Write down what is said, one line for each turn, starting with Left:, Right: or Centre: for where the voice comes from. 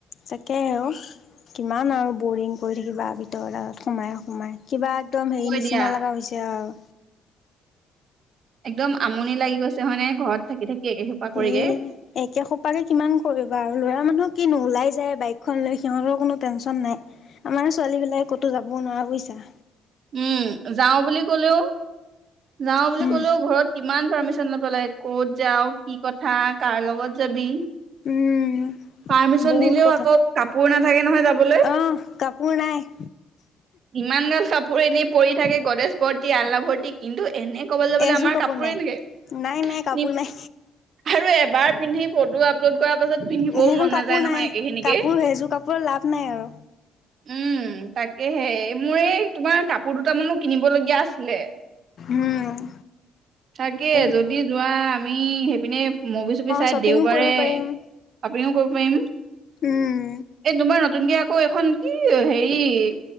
Left: তাকেহে অঁ' কিমান আৰু বৰিং কৰি থাকিবা- ভিতৰত সোমাই সোমাই, কিবা একদম হেৰি
Right: হয়
Left: নিচিনা
Right: দিয়া
Left: লগা হৈছে আৰু।
Right: একদম আমনী লাগি গৈছে হয় নাই ঘৰত থাকি থাকি একে সোপা কৰিকে।
Left: এ একে সোপাকে কিমান কৰিবা আৰু ল'ৰা মানুহক কিনো ওলাই যায় বাইকখন লৈ সিহঁতৰো কোনো টেনশ্যন নাই। আমাৰ ছোৱালী বিলাকে ক'তো যাবও নোৱাৰা বুইছা।
Right: উমঁ' যাওঁ বুলি ক'লেও, যাওঁ বুলি
Left: উম
Right: ক'লেও ঘৰত কিমান পাৰ্মিচন ল'ব লাগে ক'ত যাওঁ, কি কথা, কাৰ লগত যাবি।
Left: উম
Right: পাৰ্মিচন
Left: বহুত
Right: দিলেও
Left: কথা
Right: আকৌ কাপোৰ নাথাকে নহয় যাবলৈ।
Left: আহ কাপোৰ নাই।
Right: ইমান গাল কাপোৰ এনেই পৰি থাকে গ্ৰদেছ ভৰ্তি আলনা ভৰ্তি কিন্তু এনে ক'বলৈ বোলে
Left: এযোৰ
Right: আমাৰ
Left: কাপোৰ
Right: কাপোৰে
Left: নাই
Right: এনেকে
Left: নাই নাই কাপোৰ
Right: নি
Left: নাই
Right: আৰু এবাৰ পিন্ধি ফটো আপলোড কৰাৰ পাছত পিন্ধিবও
Left: সেইখন
Right: মন
Left: কাপোৰ
Right: নাযায় নহয়
Left: নাই
Right: একেখিনিকে।
Left: কাপোৰ সেইযোৰ লাভ নাই আৰু।
Right: উমঁ' তাকেহে, মোৰ এই- তোমাৰ কাপোৰ দুটামান মোৰ কিনিব লগীয়া আছিলে।
Left: উম
Right: তাকে,
Left: অ
Right: যদি যোৱা আমি সেইপিনে- মুভি-চুভি চাই
Left: শ্বপিঙো
Right: দেওবাৰে
Left: কৰিব পাৰিম
Right: <unintelligible> কৰিব পাৰিম,
Left: উম
Right: এই তোমাৰ - নতুনকে আকৌ এইখন কি হেৰি-